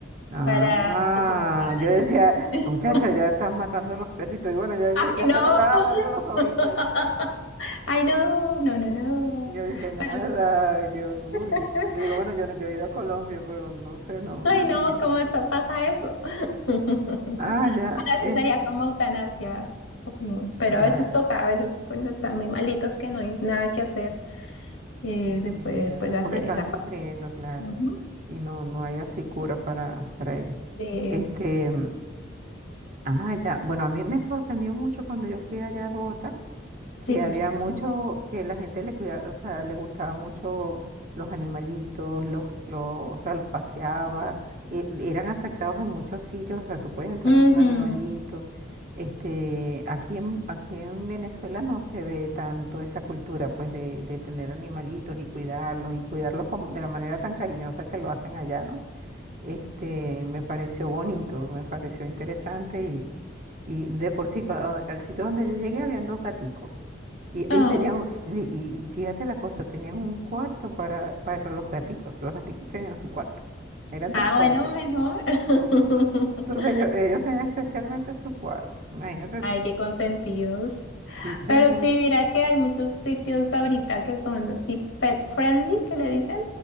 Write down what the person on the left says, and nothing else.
para que se vuelvan.
<laughs>
¡Ay, no!
<laughs>
¡Ay, no! No, no, no.
Pero,
<laughs>
¡ay,
no!
¿Cómo está- pasa eso? <laughs> Ahora,
eso sería como eutanasia. Ujú, Pero
a veces toca, a veces pues están muy malitos que no hay nada que hacer, eh,
se puede
pues hacer
esa
parte.
Ujú.
Eh,
sí, porque
Ujú.
Ah,
ah,
bueno, mejor. <laughs>
Ay,
qué consentidos.
Pero sí, mira que hay muchos sitios ahorita que son así pet friendly, que le dicen.